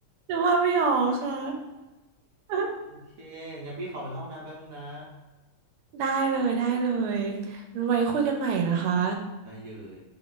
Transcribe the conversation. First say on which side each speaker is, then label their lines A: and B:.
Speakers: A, on the right (about 80°); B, on the right (about 60°).
A: หรือว่าไม่ออกค่ะ <laughs>
B: โอเคงั้นพี่ขอไปเข้าห้องน้ำแป๊บนึงนะ
A: ได้เลยได้เลยงั้นไว้คุยกันใหม่นะคะ
B: ได้เลย